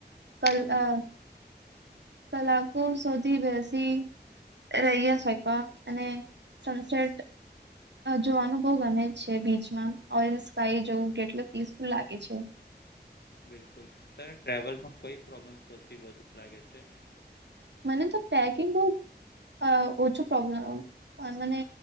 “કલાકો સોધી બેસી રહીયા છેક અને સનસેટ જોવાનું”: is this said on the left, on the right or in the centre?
Right